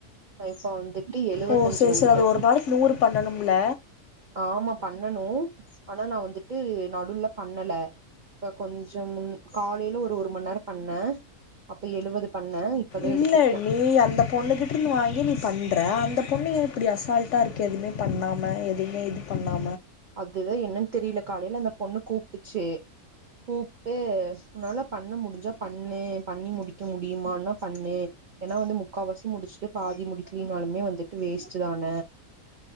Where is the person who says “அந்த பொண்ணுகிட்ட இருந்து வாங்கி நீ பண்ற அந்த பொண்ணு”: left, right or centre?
Left